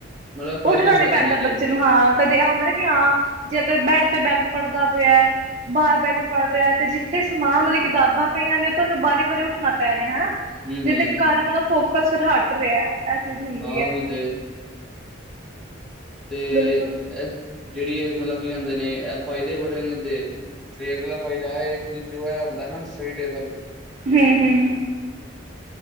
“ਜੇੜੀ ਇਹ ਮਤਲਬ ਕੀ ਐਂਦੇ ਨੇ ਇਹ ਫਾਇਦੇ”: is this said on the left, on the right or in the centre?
Centre